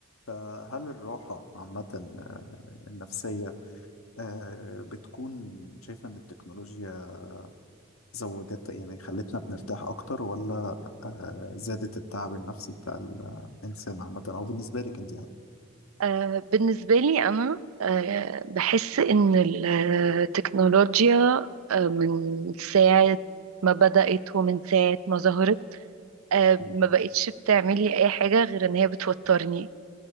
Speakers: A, on the left; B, on the right.
A: فهل الراحة عامة آه، النفسية آه، بتكون شايفة إن التكنولوجيا زودت يعني خلتنا بنرتاح أكتر ولا آه، زادت التعب النفسي بتاع الإنسان عامة أو بالنسبة لك أنت
B: آه، بالنسبة لي أنا آه، بحس إن التكنولوجيا آه، من ساعة ما بدأت ومن ساعة ما ظهرت آه، ما
A: هذا؟
B: بقتش بتعملي أي حاجة غير إن هي بتوترني